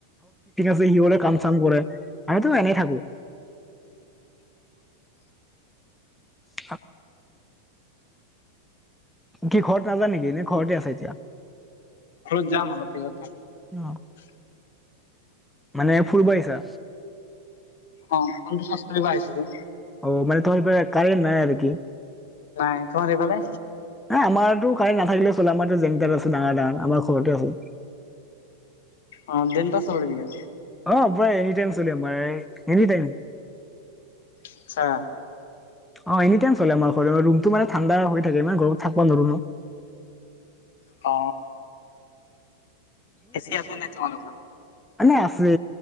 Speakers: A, in the centre; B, on the left (about 55°).
A: ছে হিৰে <unintelligible> কাম চাম কৰে আমিতো এনেই থাকো
B: <unintelligible>
A: সাত কি ঘৰত নাজা নেকি এনে ঘৰতে আছে এতিয়া।
B: ঘৰত যাম অলপ পিছত যাম।
A: অ মানে ফুৰিব আহিছা।
B: অ কোনটো চাদ কৰিব আহিছিল।
A: অ মানে তোমাৰ পৰা কাৰে নাই আৰু কি।
B: নাই তোম সিফালে।
A: আমাৰতো কালি নাথাকিলে চলে আমাৰো যেেমাত আছে ডাঙৰ ডাঙৰ আমাৰ ঘৰতে আছে
B: অ দিনতে চলাই দিয়া।
A: অ পই এনি টাইম চলি আম এনি টাইম।
B: আচ্ছা।
A: অ এনি টাইম চলে আমাৰ ঘৰ ৰুমতটো মানে ঠাণ্ডা হৈ থাকে মানে ঘৰ থাকিব নোৱাৰো নো।
B: অ এ চি আছে নাই তোমালোকৰ।
A: আনা আছে।